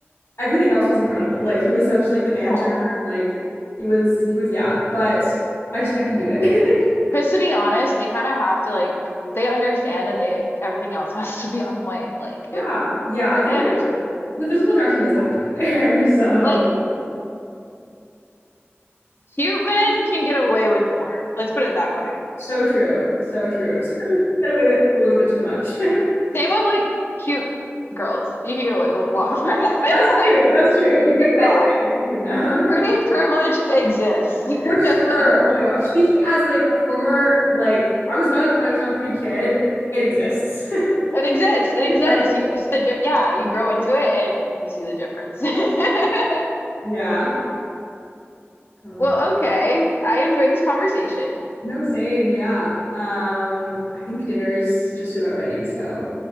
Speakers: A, on the left; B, on the left.
A: everything else was incredible. Like he was such like the banter,
B: Aw.
A: like he was he was yeah, but I just I couldn't do it. <laughs>
B: Because to be honest, they kind of have to like they understand that they everything else <laughs> has to be on point. Like
A: Yeah.
B: if
A: Yeah, I feel
B: they
A: like,
B: understand
A: like
B: that.
A: the physical attraction does have to be there. <laughs> So
B: Like cute men can get away with more. Let's put it that way.
A: so true. So true. Sometimes you get away with a little bit too much. <laughs>
B: <laughs> Same with like cute girls. You can get away with a lot more
A: That's
B: <laughs> like
A: true. That's true. You can get away with anything
B: not.
A: if you're cute enough.
B: Pretty
A: <laughs>
B: privilege exists. <laughs>
A: For sure. Oh my gosh. Speaking as like a former like I was not like I was not a pretty kid. It exists. <laughs>
B: It exists. It exists.
A: It's such a thing.
B: You said yeah, you grow into it and you see the difference. <laughs>
A: Yeah. Oh my
B: Well,
A: God.
B: okay. I enjoyed this conversation.
A: No, same. Yeah. Um, I think dinner's just about ready, so